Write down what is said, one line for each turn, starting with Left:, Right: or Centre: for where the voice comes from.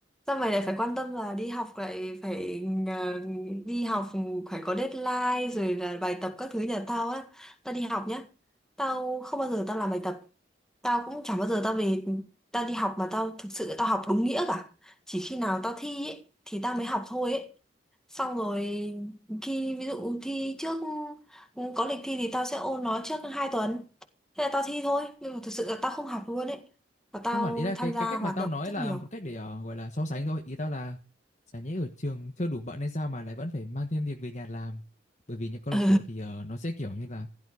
Centre: Sao mày lại phải quan tâm là đi học lại phải ờ, đi học phải có deadline rồi là bài tập các thứ nhà tao á. Tao đi học nhá. Tao không bao giờ tao làm bài tập. Tao cũng chẳng bao giờ tao về tao đi học mà tao thực sự tao học đúng nghĩa cả. Chỉ khi nào tao thi ấy, thì tao mới học thôi ấy. Xong rồi khi ví dụ thi trước có lịch thi thì tao sẽ ôn nó trước 2 tuần. Thế là tao thi thôi, nhưng mà thực sự là tao không học luôn ấy. Và tao
Left: không hẳn ý là cái
Centre: tham
Left: cái
Centre: gia
Left: cách
Centre: hoạt
Left: mà tao
Centre: động
Left: nói
Centre: rất
Left: là
Centre: nhiều.
Left: một cách để ờ, gọi là so sánh thôi ý tao là chả nhẽ ở trường chưa đủ bận hay sao mà lại vẫn phải mang thêm việc về nhà làm bởi vì những câu
Centre: Ừ.
Left: lạc bộ thì ờ, nó sẽ kiểu như là